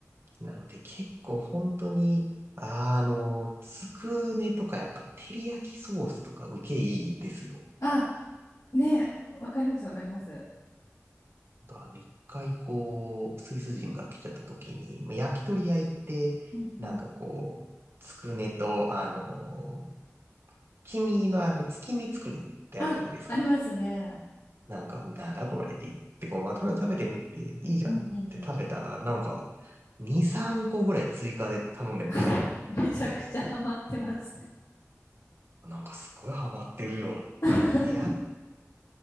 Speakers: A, on the right; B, on the left.
A: なので結構本当に、あの、つくねとかやっぱ照り焼きソースとか受けいいですよ。
B: あ、ねえ、わかりますわかります。
A: あの、一回こう、スイス人が来ちゃった時に、まあ焼き鳥屋行って、
B: うんうん。
A: なんかこう、つくねと、あの、黄身のあの、月見つくねってあるじゃないですか。
B: あ、ありますね。
A: なんか、なんだこれって言って、こう、まあ、とりあえず食べてみていいじゃんって食べたら、
B: うんうんうん。
A: なんか、2、3個ぐらい追加で頼んでましたよ。
B: <laughs> めちゃくちゃハマってますね。
A: なんかすごいハマってるよっていうので、
B: <laughs>
A: やっ